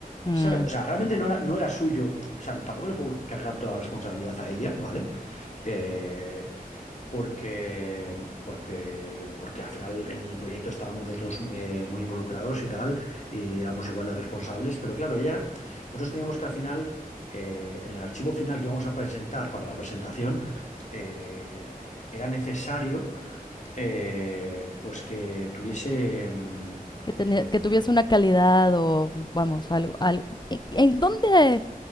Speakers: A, on the left; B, on the left.
A: mm.
B: ¿sabes? O sea, realmente no era, no era suyo, o sea, tampoco le puedo cargar toda la responsabilidad a ella, ¿vale? Eh, porque, porque, porque al final en el proyecto estábamos los dos eh, muy involucrados y tal, y éramos igual de responsables, pero claro, ella, nosotros teníamos que al final, eh, en el archivo final que íbamos a presentar para la presentación, eh, era necesario eh, pues que tuviese... mm,
A: Que
B: eh,
A: tenía, que tuviese una calidad o, vamos, algo, algo. ¿En en dónde?